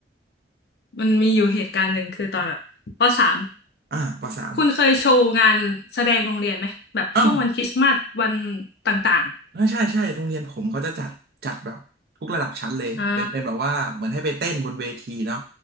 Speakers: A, on the left (about 60°); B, on the right (about 55°).
A: มันมีอยู่เหตุการณ์หนึ่งคือตอนแบบปสาม
B: อ่าปสาม
A: คุณเคยโชว์งานแสดงโรงเรียนไหมแบบช่วงวันคริสต์มาสวัน
B: อ้าว
A: ต่าง
B: ใช่ใช่โรงเรียนผมเขาจะจัดจัดแบบทุกระดับชั้นเลยเป็นเป็นแบบว่าเหมือนให้ไปเต้นบนเวทีเนาะ
A: ๆอ่า